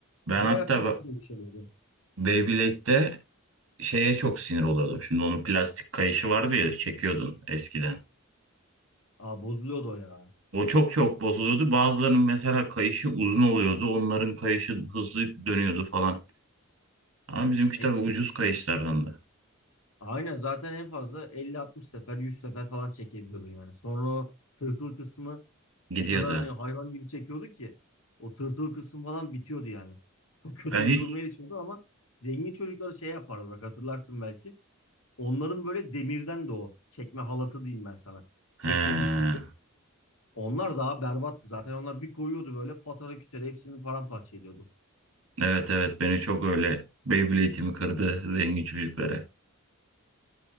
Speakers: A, on the right; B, on the left.
A: Ben
B: O bayağı
A: hatta
B: pis
A: ba-
B: bir şey oluyordu.
A: Beyblade'de şeye çok sinir oluyordum. Şimdi onun plastik kayışı vardı ya çekiyordun eskiden.
B: Aa bozuluyordu o ya.
A: O çok çok bozuluyordu. Bazılarının mesela kayışı uzun oluyordu. Onların kayışı hızlı dönüyordu falan. Ama bizimki
B: E,
A: tabii
B: şey.
A: ucuz kayışlardan da
B: Aynen zaten en fazla elli, altmış sefer 100 sefer falan çekebiliyordun yani. Sonra o tırtıl kısmı
A: gidiyordu.
B: o kadar hani hayvan gibi çekiyordu ki o tırtıl kısım falan bitiyordu yani. Çok kötü
A: Ben hiç...
B: bir duruma erişiyordu ama zengin çocukları şey yapardı bak hatırlarsın belki. Onların böyle demirden de o çekme halatı diyeyim ben sana. Çekme
A: He.
B: dişlisi. Onlar daha berbattı. Zaten onlar bir koyuyordu böyle patara kütere hepsini paramparça ediyordu.
A: Evet evet beni çok öyle Beyblade'imi kırdı zengin çocuklara.